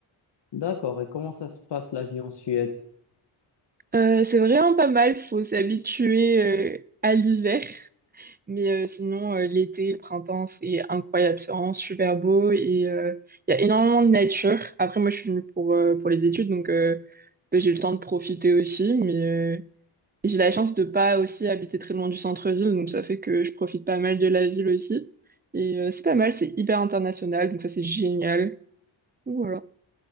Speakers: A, on the left; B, on the right.
A: D'accord. Et comment ça se passe la vie en Suède?
B: Euh, c'est vraiment pas mal, faut s'habituer euh, à l'hiver. Mais euh, sinon, euh, l'été, le printemps, c'est incroyable, c'est vraiment super beau et euh, il y a énormément de nature. Après, moi, je suis venue pour, euh, pour les études, donc euh, j'ai eu le temps de profiter aussi, mais... euh, J'ai la chance de pas aussi habiter très loin du centre-ville, donc ça fait que je profite pas mal de la ville aussi. Et euh, c'est pas mal, c'est hyper international, donc ça c'est génial. Donc Voilà.